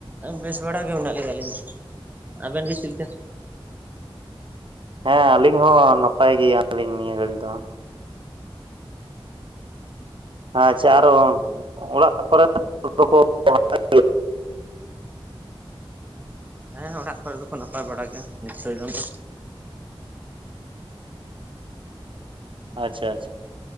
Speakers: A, on the right (about 20°); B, on the right (about 60°).
A: ᱵᱮᱥ ᱵᱟᱲᱟ ᱜᱮ ᱢᱮᱱᱟᱜ ᱞᱤᱧᱟ ᱟᱹᱞᱤᱧ ᱫᱚ, ᱟᱵᱮᱱ ᱜᱮ ᱪᱮᱫ ᱞᱮᱠᱟ?
B: ᱦᱮᱸ ᱟᱹᱞᱤᱧ ᱦᱚᱸ ᱱᱟᱯᱟᱭ ᱜᱮᱭᱟᱞᱤᱧ ᱱᱤᱭᱟᱹ ᱜᱷᱟᱹᱲᱤ ᱫᱚ ᱾ ᱟᱪᱪᱷᱟ ᱟᱨᱦᱚ ᱚᱲᱟᱜ ᱠᱚᱨᱮ <unintelligible>
A: ᱦᱮᱸᱦᱮᱸ ᱚᱲᱟᱜ ᱠᱚᱨᱮ ᱫᱚᱠᱚ ᱱᱟᱯᱟᱭ ᱵᱟᱲᱟ ᱜᱮᱭᱟ ᱱᱤᱥᱪᱚᱭ ᱫᱚᱢ ᱾
B: ᱟᱪᱪᱷᱟ ᱟᱪᱪᱷᱟ